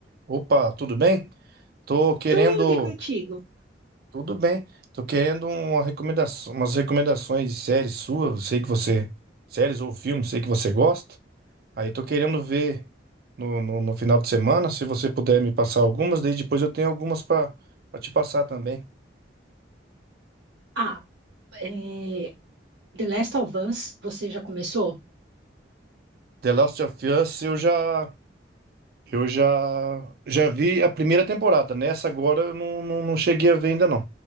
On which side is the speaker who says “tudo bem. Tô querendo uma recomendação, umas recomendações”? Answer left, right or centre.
Right